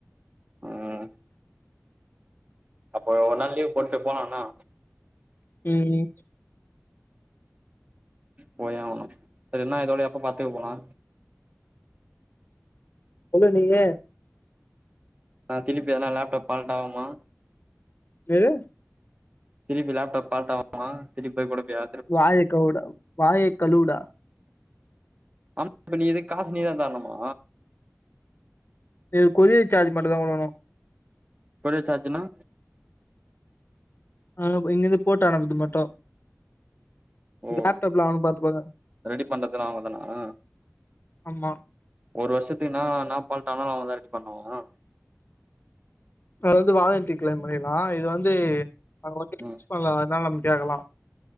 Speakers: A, on the right; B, on the left.
A: ம் அப்ப ஒர் நாள் லீவ் போட்டு போலான்ன
B: ம்
A: போயே ஆவுனு அது இன்ன இதோட எப்ப பட்த்துக்கு போலா
B: சொல்லு நீயே
A: அ திலுப்பி எதன லேப்டாப் பலட் ஆவுமா
B: ஏது
A: திலிப்பி லேப்டாப் பால்ட் ஆவுமா திருப்பி பேய் கூட ப்யா
B: வாய கவ்வுடா வாய கழுவுடா
A: அம் இப்ப நீ இதுக் காசு நீதா தர்ணுமா
B: இது கொரியர் சார்ஜ் மட்டுதா குடுக்குணு
A: கொரியர் சார்ஜ்ஜினா
B: இங்க போ இங்கேந்து போட்டு அனுப்பதுக்கு மட்டு
A: ஓ
B: லேப்டாப்ல அவனு பாத்துப்பாங்க
A: ரெடி பண்றதுல்லா அவுங்கதான
B: ஆமா
A: ஒரு வர்ஷத்துக்கு நா இன்னா பால்ட் ஆனாலு அவுங்கதா ரெடி பண்ணுவா
B: அத்லேந்து வாதண்டட்டி கிளைம் பண்ணர்லா இது வந்து நம்ம வந்து
A: ம்
B: பிக்ஸ் பண்ணல அத்னால நம்ம கேக்கலா